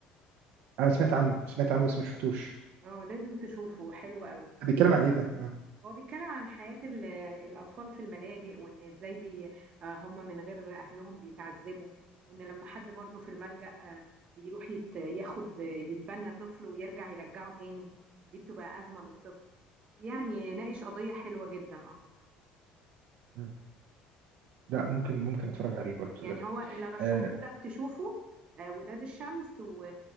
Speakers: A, on the right (about 65°); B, on the right (about 40°).
A: أنا سمعت عنه سمعت عنه بس ما شفتوش
B: اه لازم تشوفه حلو قوي
A: ده بيتكلم عن إيه ده؟ آه.
B: هو بيتكلم عن حياة ال- الأطفال في الملاجئ وإن إزاي بي آه، هم من غير أهلهم بيتعذبوا وإن لما حد برضه في الملجأ آه، بيروح يت- ياخد يتبنى طفل ويرجع يرجعه تاني دي بتبقى أزمة للطفل يعني ناقش قضية حلوة جدا أصلا
A: مم. لا ممكن ممكن اتفرج عليه برضه
B: يعني
A: ده
B: هو اللي رشحهولك
A: آه،
B: تشوفه آه، ولاد الشمس و...